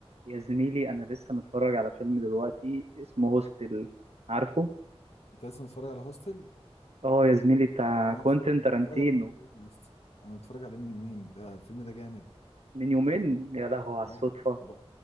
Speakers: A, on the right; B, on the left.
A: يا زميلي انا لسه متفرج على فيلم دلوقتي اسمه هوستل عارفه
B: انت لسه متفرج على هوستل
A: اه يا زميلي بتاع
B: انا
A: كوينتين
B: متفرج انا
A: تارانتينو
B: متفرج عليه من يومين يا اسطى انا متفرج عليه من يومين ده الفيلم ده جامد
A: من يومين يا لهو على الصدفة
B: اه ب...